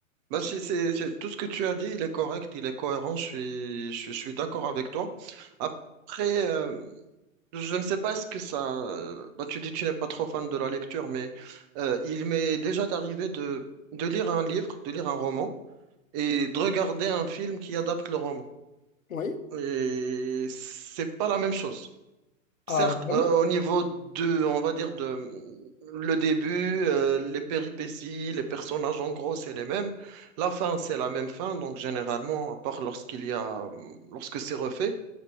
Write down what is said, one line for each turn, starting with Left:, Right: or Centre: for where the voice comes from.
Right: Bah, c'est, c'est- c'est- Tout ce que tu as dit, il est correct, il est cohérent, je suis, je, suis d'accord avec toi. Après, euh, je ne sais pas est-ce que ça. euh, Bah, tu dis que tu n'es pas trop fan de la lecture, mais euh, il m'est déjà arrivé de, de lire un livre, de lire un roman, et de regarder un film qui adapte le roman.
Left: Oui?
Right: Et c'est pas la même chose. Certes,
Left: Ah, vraiment?
Right: euh, au niveau de, on va dire de le début, euh, les péripéties, les personnages, en gros, c'est les mêmes. La fin, c'est la même fin, donc généralement, à part lorsqu'il y a, lorsque c'est refait,